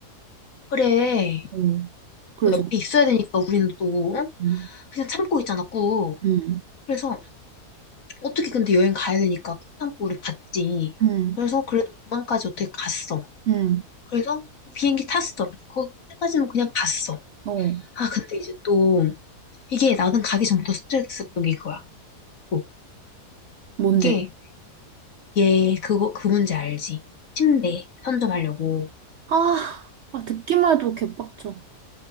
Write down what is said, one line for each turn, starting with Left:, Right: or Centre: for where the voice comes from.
Left: 그래.
Right: 어. 그래서,
Left: 또 옆에 있어야 되니까 우리는 또 어?
Right: 응,
Left: 그냥 참고 있잖아, 꾹.
Right: 응,
Left: 그래서 어떻게 근데 여행 가야 되니까 꾹 참고 우리 갔지.
Right: 응,
Left: 그래서 그래도 도망까지 어떻게 갔어.
Right: 응.
Left: 그래서 비행기 탔어. 거기까지는 그냥 갔어.
Right: 어,
Left: 아, 근데 이제 또 이게 나는 가기 전부터 스트레스 받던 게 그거야. 또.
Right: 뭔데?
Left: 이게 얘 그거 그 문제 알지? 침대 선점하려고.
Right: 아, 아, 듣기만 해도 개빡쳐.